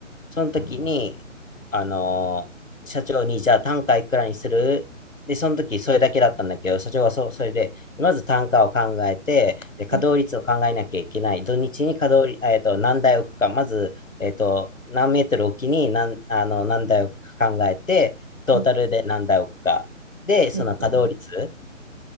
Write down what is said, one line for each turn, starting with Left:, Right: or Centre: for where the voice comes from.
Left: その時に、あのー社長に、じゃあ単価いくらにするで、その時それだけだったんだけど、社長はそそれで、まず単価を考えて、で、稼働率を考えなきゃいけない。
Right: うん、
Left: 土日に稼働率、えっと、何台置くか、まず、えっと、何メートル置きに何、あの、何台置くか考えて、トータルで何台置くか。
Right: うん、
Left: で、その稼働率
Right: うん、